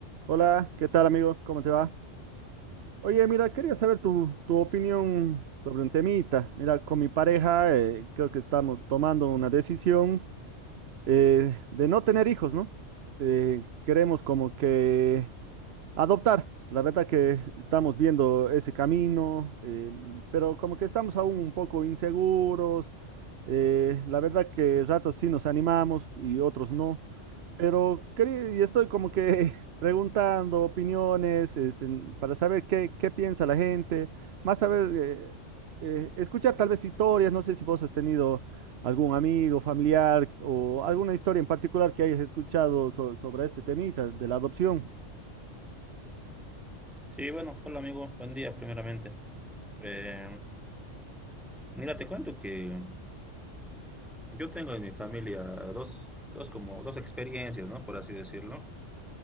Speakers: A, on the right; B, in the centre.
A: Hola, ¿qué tal amigo? ¿Cómo te va? Oye, mira, quería saber tu, tu opinión sobre un temita. Mira, con mi pareja eh, creo que estamos tomando una decisión eh, de no tener hijos, ¿no? Eh, queremos como que adoptar. La verdad que estamos viendo ese camino, eh, pero como que estamos aún un poco inseguros. Eh, la verdad que ratos sí nos animamos y otros no. Pero quería- y estoy como que <laughs> preguntando opiniones, este, para saber qué, qué piensa la gente, más saber, eh, eh, escuchar tal vez historias, no sé si vos has tenido algún amigo, familiar o alguna historia en particular que hayas escuchado so- sobre este temita de la adopción.
B: Sí, bueno, hola amigo, buen día primeramente. Eh, mira, te cuento que yo tengo en mi familia dos, dos como dos experiencias, ¿no? Por así decirlo,